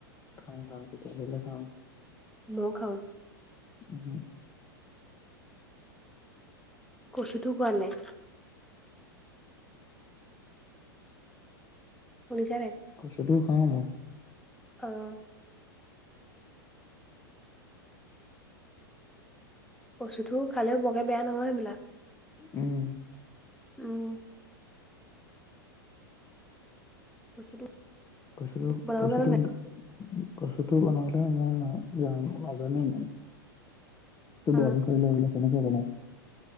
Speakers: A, on the left; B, in the centre.
A: খাওঁ, খাওঁ, তিতা কেৰেলা খাওঁ।
B: মইও খাওঁ।
A: ওহোঁ!
B: কচুটো খোৱা নাই। শুনিছানে?
A: কচুটো খাওঁ, মই।
B: অ'! কচুটো খালে, বৰকে বেয়া নহয়, সেইবিলাক।
A: উম!
B: উম! কচুটো
A: কচু,
B: বনাব
A: কচুটোত
B: জানা নাই?
A: কচুটো বনাবলে, মই না যাম, নাজানেই ইমান।
B: অ
A: বইল কৰি লৈ পেলে, কেনেকে বনাই?